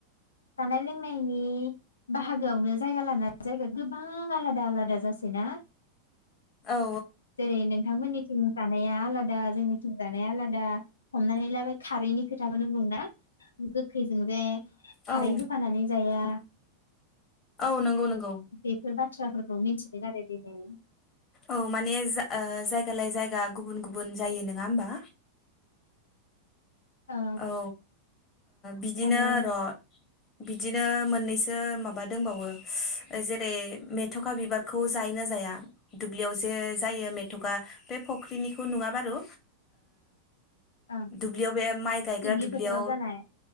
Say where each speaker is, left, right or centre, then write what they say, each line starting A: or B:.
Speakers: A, on the left (about 75°); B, on the left (about 25°).
A: जानाय नायनि बाहागोआवनो जायगा ला जायगा गोबां आलादा आलादा जासै ना
B: औ
A: जेरै नोंथांमोननि थिं जानाया आलादा जोंङ जानाया आलादा हमनानै लाबाय खारैनि खोथाखौनो बुंना गोखैजों जे खारै
B: औ
A: होफानानै जाया
B: औ नंगौ नंगौ
A: बेफोरबाद बाथ्राफोरखौ मिथिदों आरो दिनै
B: औ माने जायगालायै जायगा गुबुन गुबुन जायो नङा होमबा
A: ओ
B: औ बिदिनो
A: आरो
B: र' बिदिनो आं मोननैसो माबा दंबावो जेरै मेथ'खा बिबारखौ जायो न जाया दुब्लियाव जे जायो मेथ'खा बे फुख्रिनिखौ नङा बारु
A: ओं
B: दुब्लियाव बे माइ गायग्रा
A: दुब्लि
B: दुब्लियाव
A: फोथाराव जानाय